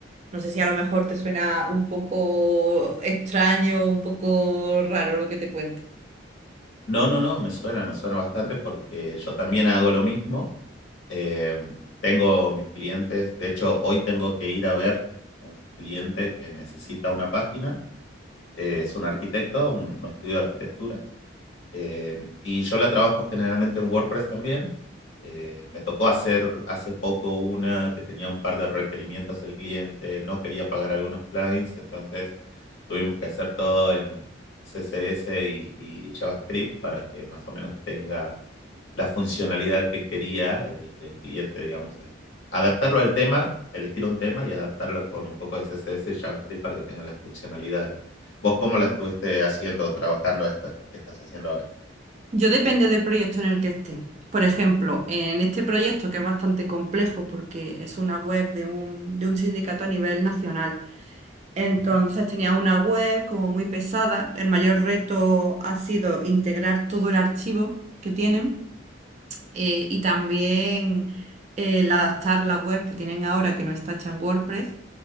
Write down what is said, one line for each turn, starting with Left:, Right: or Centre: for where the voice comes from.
Right: No sé si a lo mejor te suena un poco extraño, un poco raro lo que te cuento.
Left: No, no, no, me suena, me suena bastante porque yo también hago lo mismo. Eh, tengo mis clientes, de hecho hoy tengo que ir a ver un cliente que necesita una página. Eh, es un arquitecto, un un estudio de arquitectura. Eh, y yo la trabajo generalmente en WordPress también. Eh, me tocó hacer hace poco una que tenía un par de requerimientos el cliente, no quería pagar algunos plugins, entonces tuvimos que hacer todo en CSS y, y JavaScript para que más o menos tenga la funcionalidad que quería el, el cliente, digamos, el- adaptarlo al tema, elegir un tema y adaptarlo con un poco de CSS y JavaScript para que tengan las funcionalidades. ¿Vos cómo la estuviste haciendo, trabajando esta ¿Qué estás haciendo ahora?
Right: Yo depende del proyecto en el que esté. Por ejemplo, en este proyecto que es bastante complejo porque es una web de un, de un sindicato a nivel nacional. Entonces
Left: Ujú,
Right: tenía una web como muy pesada. El mayor reto ha sido integrar todo el archivo que tienen eh, y también eh, el adaptar la web que tienen ahora que no está hecha en WordPress